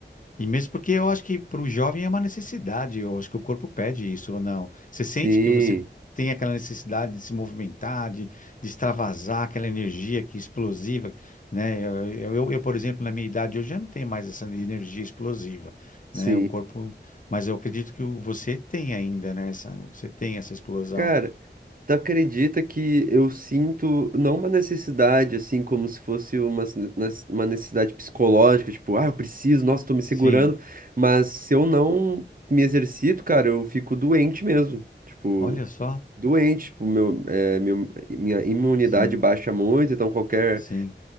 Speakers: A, on the left; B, on the right.
A: E mesmo porque eu acho que para o jovem é uma necessidade, eu acho que o corpo pede isso ou não. Você
B: Sim,
A: sente que você tem aquela necessidade de se movimentar, de, de extravasar aquela energia que é explosiva, né? Eu, eu, eu, eu, por exemplo, na minha idade hoje já não tenho mais essa energia explosiva,
B: sim.
A: né? O corpo, mas eu acredito que o- você tem ainda, né? Essa, você tem essa explosão.
B: Cara. Tu acredita que eu sinto não uma necessidade, assim, como se fosse uma, s- nes- uma necessidade psicológica, tipo, ah, eu preciso, nossa, tô me segurando,
A: Sim,
B: mas se eu não me exercito, cara, eu fico doente mesmo, tipo,
A: olha só.
B: doente, tipo, meu, é, meu- minha imunidade
A: Sim,
B: baixa muito, então qualquer
A: sim,